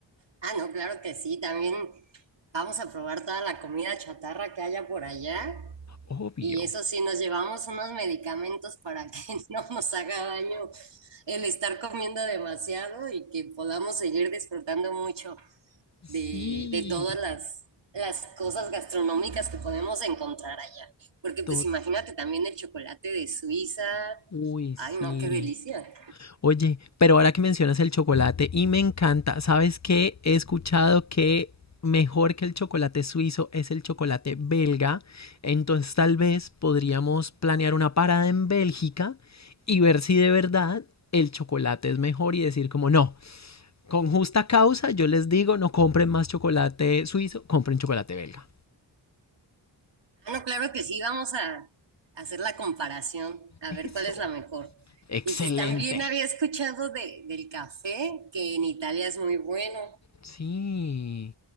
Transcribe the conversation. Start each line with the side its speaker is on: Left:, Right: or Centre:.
Right: Ah, no, claro que sí, también vamos a probar toda la comida chatarra que haya por allá.
Left: Obvio.
Right: Y eso sí, nos llevamos unos medicamentos para que <laughs> no nos haga daño el estar comiendo demasiado y que podamos seguir disfrutando mucho de,
Left: Sí,
Right: de todas las, las cosas gastronómicas que podemos encontrar allá. Porque pues
Left: total.
Right: imagínate también el chocolate de Suiza.
Left: Uy,
Right: Ay,
Left: sí.
Right: no, qué delicia.
Left: Oye, pero ahora que mencionas el chocolate y me encanta, ¿sabes qué? He escuchado que mejor que el chocolate suizo es el chocolate belga. Entonces tal vez podríamos planear una parada en Bélgica y ver si de verdad el chocolate es mejor y decir como no, con justa causa yo les digo no compren más chocolate suizo, compren chocolate belga.
Right: Ah, no, claro que sí, vamos a hacer la comparación, a
Left: Eso.
Right: ver cuál es la mejor.
Left: Excelente.
Right: Y pues también había escuchado de, del café, que en Italia es muy bueno.
Left: Sí,